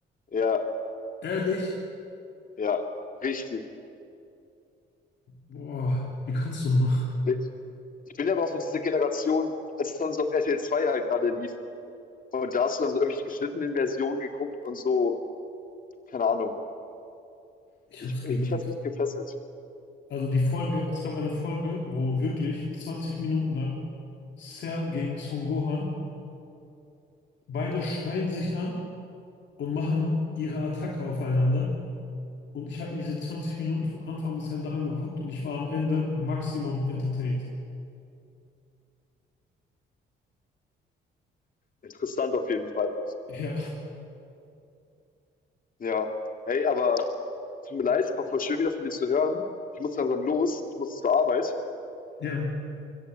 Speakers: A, on the left (about 45°); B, on the left (about 65°).
A: Ja,
B: Ehrlich?
A: ja, richtig.
B: Boah, wie kannst du nur?
A: Ne, ich bin ja aber auch so diese Generation, als es dann so auf RTL 2 halt gerade lief und da hast du dann so irgendwelche geschnittenen Versionen geguckt und so, keine Ahnung.
B: Ich
A: Ich
B: hab's geliebt.
A: mich hat's nicht gefesselt.
B: Also die Folge, es gab eine Folge, wo wirklich 20 Minuten lang Cell gegen Son Gohan, beide schreien sich an und machen ihre Attacke aufeinander. Und ich habe mir diese 20 Minuten von Anfang bis Ende angeguckt und ich war am Ende maximum entertained.
A: Interessant auf jeden Fall.
B: Ja.
A: Ja. Hey, aber tut mir leid, war voll schön, wieder von dir zu hören. Ich muss langsam los, ich muss zur Arbeit.
B: Ja.